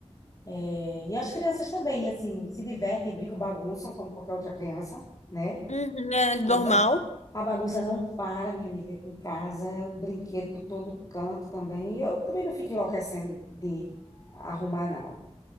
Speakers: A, on the left; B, on the left.
A: É, e as crianças também, assim, se divertem, brincam, bagunçam como qualquer outra criança, né?
B: Uhum, é normal.
A: A, ba- a bagunça não para, minha amiga, aqui em casa. é o brinquedo por todo canto também. E eu também não fico enlouquecendo de arrumar, não,